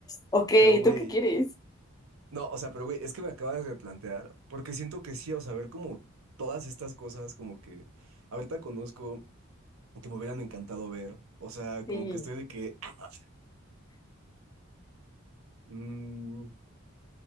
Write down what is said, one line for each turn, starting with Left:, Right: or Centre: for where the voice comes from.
Left: Ok,
Right: Pero, güey,
Left: ¿tú qué quieres?
Right: No, o sea, pero güey, es que me acabas de plantear, porque siento que sí, o sea, ver como todas estas cosas, como que ahorita conozco, que me hubieran encantado ver, o sea,
Left: Sí.
Right: como que estoy de que, ¡ah! Mm,